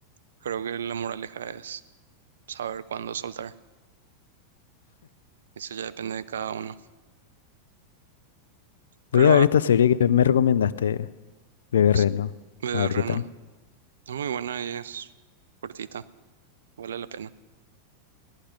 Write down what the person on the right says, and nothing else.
Creo que la moraleja es saber cuándo soltar. Eso ya depende de cada uno. Pero
ah,
Sí,
Bebé
Reno.
Es muy buena y es cortita. Vale la pena.